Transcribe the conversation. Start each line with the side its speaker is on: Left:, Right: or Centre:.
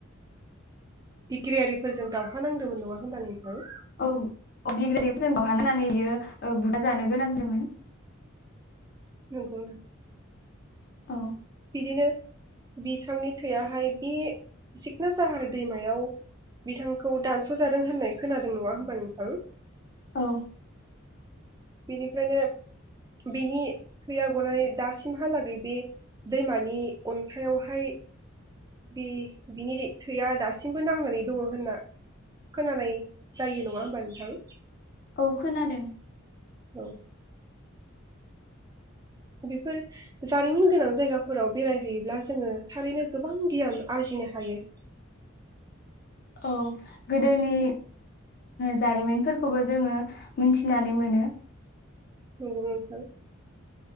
Right: बिग्रायारिफोरजों दावहा नांदोंमोन नङा होमबा नोंथां?
Left: औ अ बिग्रायारिफोरजों दावहा नांनानै बियो बुथार जानो गोनां जादोंमोन
Right: नंगौ
Left: औ
Right: बिदिनो बिथांनि थैयाहाय बे सिखना साहार दैमायाव बिथांखौ दानस'जादों होननाय खोनादों नङा होमबा नोंथां।
Left: औ
Right: बेनिफ्रायनो बेनि थैया गनानै दासिमहालागै बे दैमानि अन्थायाइावहाय बे बिनि थैआ दासिमबो नांनानै दङ होनना खोनानाय जायो नङा होमबा नोंथां
Left: औ खोनादों
Right: औ बेफोर जारिमिन गोनां जायगाफोराव बेरायहैयोब्ला जोङो थारैनो गोबां गियान आरजिनो हायो।
Left: औ गोदोनि जारिमिनफोरखौबो जोङो मोनथिनानै मोनो
Right: नंगौ नोंथां